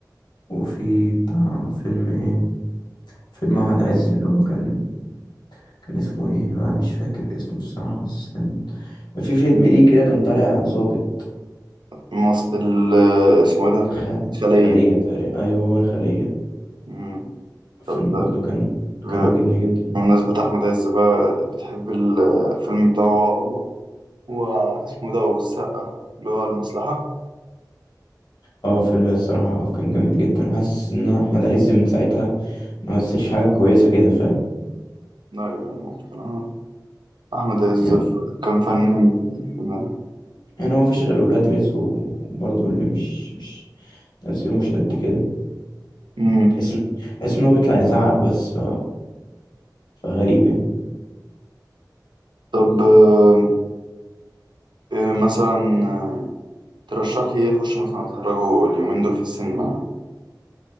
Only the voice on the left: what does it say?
وفي بتاع فيلم إيه فيلم أحمد عز اللي هو كان كان اسمه إيه بقى مش فاكر اسمه الصراحة بس كان كان في فيلم ليه كده كان طالع ظابط
الخ...
الخلية تقريبا أيوه هو الخلية
الفيلم
برضو كان
كان عاجبني جدا
اه الفيلم ده الصراحة كان جامد جدا حاسس إن أنا أحمد عز من ساعتها ما مثلش حاجة كويسة كده فاهم
يعني
يعني هو مفيش غير ولاد رزق و- وبرضو اللي مش مش تمثيله مش قد كده
تحس تحس إن هو بيطلع يزعق بس ف... فغريب يعني